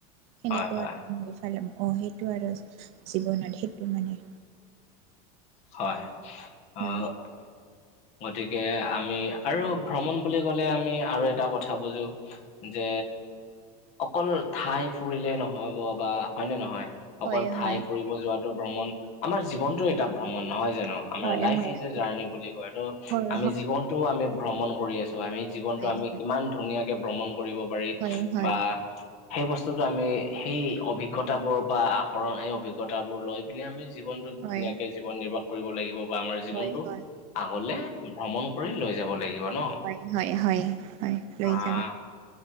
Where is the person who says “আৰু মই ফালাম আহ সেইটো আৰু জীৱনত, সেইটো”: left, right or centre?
Right